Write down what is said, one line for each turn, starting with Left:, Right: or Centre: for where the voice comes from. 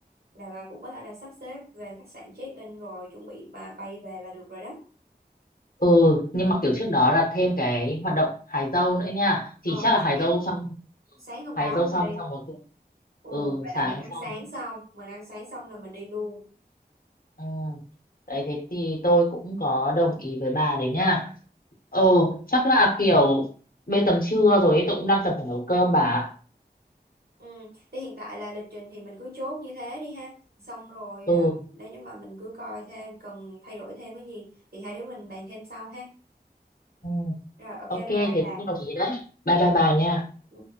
Right: là bà cũng có thể là sắp xếp về khách sạn check in rồi chuẩn bị và bay về là được rồi đó
Left: ừ nhưng mà kiểu trước đó là thêm cái hoạt động hái dâu nữa nha thì
Right: ờ
Left: chắc là hái
Right: sáng
Left: dâu xong
Right: sáng hôm
Left: hái
Right: đó
Left: dâu
Right: mình
Left: xong
Right: đi
Left: xong rồi cũng-
Right: ồ
Left: ừ
Right: vậy
Left: sáng
Right: là mình ăn
Left: xong
Right: sáng xong mình ăn sáng xong là mình đi luôn
Left: ừ. đấy thế thì tôi cũng có đồng ý với bà đấy nha ừ chắc là kiểu bây tầm trưa rồi ấy, tôi cũng đang cần phải nấu cơm bà ạ.
Right: Ừ. Thì hiện tại là lịch trình thì mình cứ chốt như thế đi ha. Xong rồi
Left: ừ
Right: à, nếu như mà mình cứ coi thêm cần thay đổi thêm cái gì thì hai đứa mình bàn thêm sau ha.
Left: ừ
Right: Rồi ok
Left: ok
Right: bye bye
Left: thế
Right: bà.
Left: tôi cũng đồng ý đấy bye
Right: Ừ.
Left: bye bà nha
Right: Ừ.